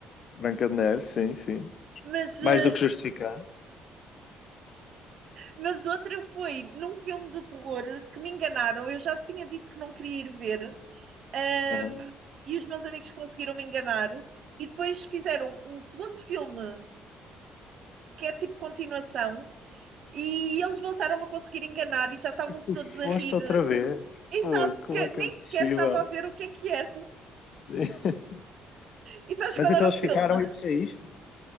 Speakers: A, on the left (about 55°); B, on the right (about 60°).
A: Branca de Neve, sim, sim.
B: mas, eh,
A: Mais do que justificar.
B: mas outra foi num filme de terror que me enganaram. Eu já tinha dito que não queria ir ver, ahm,
A: Uhum.
B: e os meus amigos conseguiram me enganar. E depois fizeram um segundo filme que é tipo continuação E eles voltaram a conseguir enganar e já estavam-se
A: E tu
B: todos a
A: foste
B: rir.
A: outra vez.
B: Exato,
A: Pô,
B: porque
A: como é que
B: nem
A: é possível?
B: sequer estava a ver o que é que era.
A: <laughs>
B: E sabes
A: Mas
B: qual
A: então
B: era o
A: eles
B: filme?
A: ficaram e tu saíste?